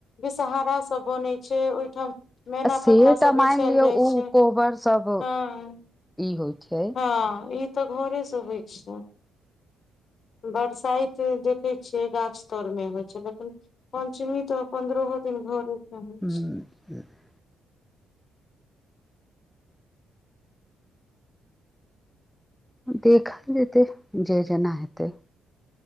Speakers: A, on the left; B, in the centre.
A: विषहारा सब बनैत छै ओहिठाम मैना
B: आ से
A: पत्ता सब
B: तऽ
A: बिछल
B: मानि लियौ
A: जाइ
B: ओ
A: छै
B: कोहबर सब
A: हँ
B: ई होइ छै
A: हँ ई तऽ घरे से होइ छै बरसाइत देखैत छियै गाछ तर मे होइत छै लेकिन पंचमी तऽ पन्द्रहो दिन घरे से होइ
B: हूँ
A: छै
B: <inaudible> देखल जेतै जे जेना हेतै